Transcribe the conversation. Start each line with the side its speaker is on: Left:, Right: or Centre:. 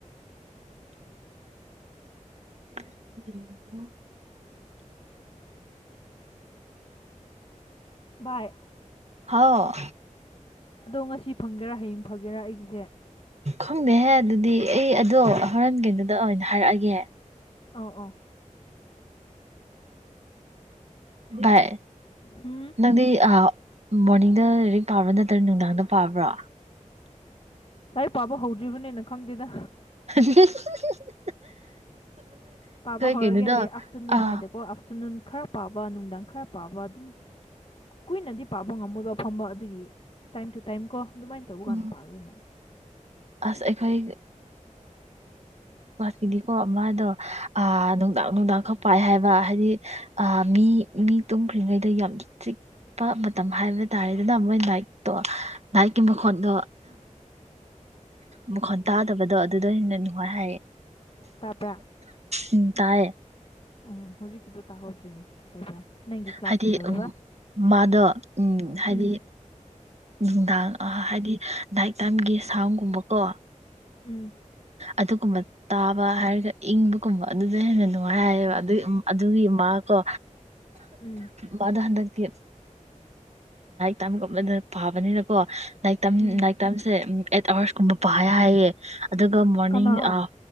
Left: ꯎ
Right: <unintelligible>
Left: ꯕꯥꯏ
Right: ꯍꯥꯎ
Left: ꯉꯁꯤ ꯐꯪꯒꯦꯔꯥ ꯍꯥꯏ ꯐꯒꯦꯔꯥ ꯑꯩꯒꯤꯁꯦ
Right: ꯈꯪꯗꯦꯍꯦ ꯑꯗꯨꯗꯤ ꯑꯩ ꯑꯗꯣ ꯍꯣꯔꯦꯟ ꯀꯩꯗꯨꯗ ꯑꯣꯏꯅ ꯍꯥꯏꯔꯛꯑꯒꯦ
Left: ꯑꯧ ꯑꯧ
Right: ꯚꯥꯏ
Left: ꯍꯨꯝ
Right: ꯅꯪꯗꯤ ꯑ ꯃꯣꯔꯅꯤꯡꯗ ꯔꯤꯛ ꯄꯥꯕ꯭ꯔ ꯅꯠꯇ꯭ꯔ ꯅꯨꯡꯗꯥꯡꯗ ꯄꯥꯕ꯭ꯔꯣ
Left: ꯇꯥꯏ ꯄꯥꯕ ꯍꯧꯗ꯭ꯔꯤꯕꯅꯦ ꯈꯪꯗꯦꯗꯥ
Right: ꯑ <unintelligible>
Left: ꯄꯥꯕꯕꯥ ꯍꯧꯔꯒꯦꯟ
Right: ꯀꯩꯅꯣꯗꯣ
Left: ꯂꯩ ꯑꯐꯇꯔꯅꯨꯟ
Right: ꯑꯥ
Left: ꯅꯨꯡꯉꯥꯏꯗꯦꯀꯣ ꯑꯐꯇꯔꯅꯨꯟ ꯈꯔ ꯄꯥꯕ ꯅꯨꯡꯗꯥꯡ ꯈꯔ ꯄꯥꯕ ꯑꯗꯨꯝ ꯀꯨꯏꯅꯗꯤ ꯄꯥꯕ ꯉꯝꯃꯣꯏꯕ ꯐꯝꯕ ꯑꯗꯨꯒꯤ ꯇꯥꯏꯝ ꯇꯨ ꯇꯥꯏꯝ ꯀꯣ ꯑꯗꯨꯃꯥꯏꯅ ꯇꯧꯕ
Right: ꯎꯝ
Left: ꯀꯥꯟꯗ ꯄꯥꯒꯦꯅ
Right: ꯑꯁ ꯑꯩꯈꯣꯏ ꯍꯥꯏꯗꯤꯀꯣ ꯃꯥꯗꯣ ꯑ ꯅꯨꯡꯗꯥꯡ ꯅꯨꯡꯗꯥꯡ ꯈꯛ ꯄꯥꯏ ꯍꯥꯏꯕ ꯍꯥꯏꯗꯤ ꯑ ꯃꯤ ꯃꯤ ꯇꯨꯝꯈ꯭ꯔꯤꯉꯩꯗ ꯌꯥꯝ ꯆꯤꯛꯄ ꯃꯇꯝ ꯍꯥꯏꯕ ꯇꯥꯔꯦꯗꯅ ꯃꯣꯏ ꯅꯥꯏꯛꯇꯣ ꯅꯥꯏꯛꯀꯤ ꯃꯈꯣꯟꯗꯣ ꯃꯈꯣꯟ ꯇꯥꯗꯕꯗꯣ ꯑꯗꯨꯗꯣ ꯍꯦꯟꯅ ꯅꯨꯡꯉꯥꯏ ꯍꯥꯏꯌꯦꯦ
Left: ꯇꯥꯕ꯭ꯔꯥ
Right: ꯎꯝ ꯇꯥꯏꯌꯦ
Left: ꯎꯝ ꯍꯧꯖꯤꯛꯀꯤꯗꯣ ꯇꯥꯍꯧꯗ꯭ꯔꯤꯅꯦ ꯀꯩ ꯍꯥꯏꯕ꯭ꯔꯥ ꯅꯪꯒꯤ ꯀ꯭ꯂꯥꯁ
Right: ꯍꯥꯏꯗꯤ
Left: ꯀꯩꯗꯧꯋꯦꯕ
Right: ꯃꯥꯗꯣ ꯎꯝ ꯍꯥꯏꯗꯤ
Left: ꯎꯝ
Right: ꯅꯨꯡꯗꯥꯡ ꯍꯥꯏꯗꯤ ꯅꯥꯏꯇ ꯇꯥꯏꯝꯒꯤ ꯁꯥꯝꯒꯨꯝꯕꯀꯣ
Left: ꯎꯝ
Right: ꯑꯗꯨꯒꯨꯝꯕ ꯇꯥꯕ ꯍꯥꯏꯔꯒ ꯏꯪꯕꯒꯨꯝꯕ ꯑꯗꯨꯗ ꯍꯦꯟꯅ ꯅꯨꯡꯉꯥꯏ ꯍꯥꯏꯌꯦꯕ ꯑꯗꯨ ꯑꯗꯨꯒꯤ ꯃꯥꯀꯣ
Left: ꯎꯝ
Right: ꯃꯥꯗꯣ ꯍꯟꯗꯛꯇꯤ ꯇꯝꯒꯨꯝꯕꯗ ꯄꯥꯕꯅꯤꯅꯀꯣ ꯅꯥꯏꯛꯝ
Left: ꯎꯝ
Right: ꯅꯥꯏꯛ ꯇꯝꯁꯦ ꯑꯩꯠ ꯑꯥꯋꯥꯔꯁꯀꯨꯝꯕ ꯄꯥ ꯍꯥꯏꯌꯦꯦ ꯑꯗꯨꯒ ꯃꯣꯔꯅꯤꯡ
Left: ꯀꯅꯥ
Right: ꯑ